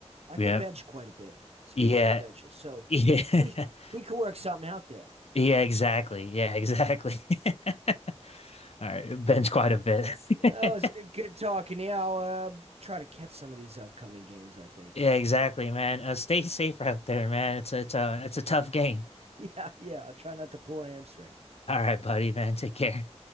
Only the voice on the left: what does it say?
Yeah.
Yeah.
Yeah.
<laughs>
Yeah, exactly. Yeah, exactly. <laughs> All right. Bench quite a bit. <laughs>
Yeah,
exactly, man. Uh, stay safe out there, man. It's a, it's a, it's a tough game.
All right, buddy, man. Take care.